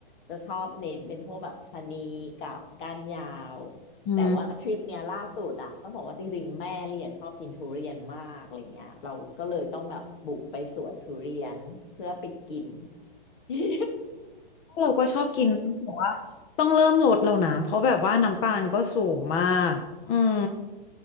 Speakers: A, on the left; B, on the left.
A: จะชอบเน้นเป็นพวกแบบชะนีกับก้านยาว
B: อืม
A: แต่ว่าทริปเนี้ยล่าสุดอ่ะต้องบอกว่าจริงๆแม่ลี่อ่ะชอบกินทุเรียนมากอะไรเงี้ยเราก็เลยต้องแบบบุกไปสวนทุเรียนเพื่อไปกิน <laughs>
B: เราก็ชอบกินแต่ว่าต้องเริ่มลดแล้วนะเพราะแบบว่าน้ำตาลก็สูงมากอืม